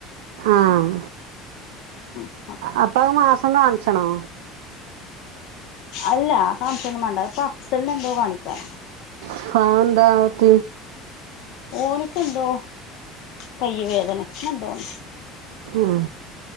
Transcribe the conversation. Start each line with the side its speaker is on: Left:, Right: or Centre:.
Right: ആഹ്
Left: ആ
Right: അപ്പ അത് മാസം കാണിച്ചണൊ
Left: അല്ല കാണിച്ചൊന്നും വേണ്ട ഇപ്പൊ അഫ്സലിന് എന്തോ കാണിക്കാന.
Right: <unintelligible> എന്താ ഓറ്റ
Left: ഓനിക്ക എന്തോ കയ്യ് വേദന അങ്ങെനെ എന്തോയാണ്
Right: ആ